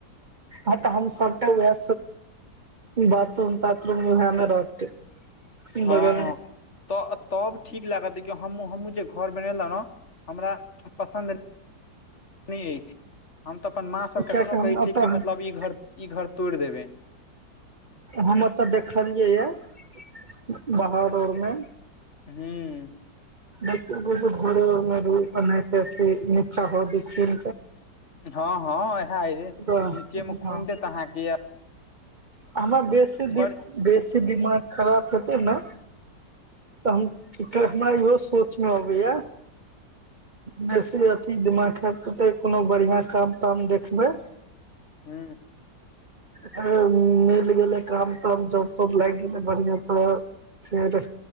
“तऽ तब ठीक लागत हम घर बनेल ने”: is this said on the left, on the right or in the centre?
Left